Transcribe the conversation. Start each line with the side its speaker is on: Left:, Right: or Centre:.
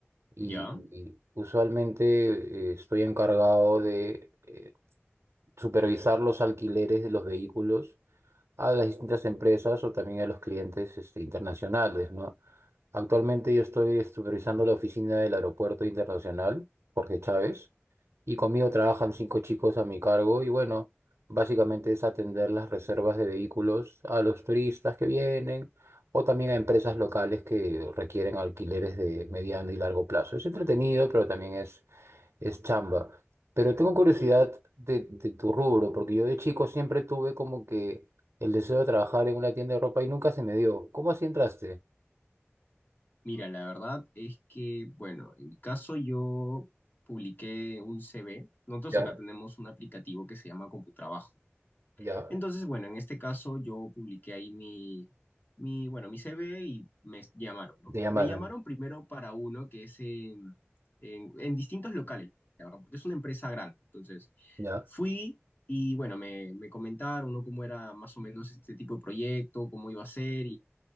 Right: y,
Left: Ya.
Right: y usualmente eh, estoy encargado de eh, supervisar los alquileres de los vehículos a las distintas empresas o también a los clientes este, internacionales, ¿no? Actualmente yo estoy supervisando la oficina del Aeropuerto Internacional, Jorge Chávez, y conmigo trabajan cinco chicos a mi cargo y bueno, básicamente es atender las reservas de vehículos a los turistas que vienen o también a empresas locales que requieren alquileres de mediano y largo plazo. Es entretenido, pero también es es chamba. Pero tengo curiosidad de, de tu rubro, porque yo de chico siempre tuve como que el deseo de trabajar en una tienda de ropa y nunca se me dio. ¿Cómo así entraste?
Left: Mira, la verdad es que, bueno, en mi caso yo publiqué un CV. Nosotros
Right: Ya,
Left: acá tenemos un aplicativo que se llama CompuTrabajo.
Right: ya.
Left: Entonces, bueno, en este caso yo publiqué ahí mi, mi, bueno, mi CV y me llamaron, ¿no?
Right: Te llamaron,
Left: Me llamaron primero para uno que es en, en, en distintos locales, la verdad, porque es una empresa grande. Entonces,
Right: ya.
Left: fui y, bueno, me, me comentaron, ¿no? Cómo era más o menos este tipo de proyecto, cómo iba a ser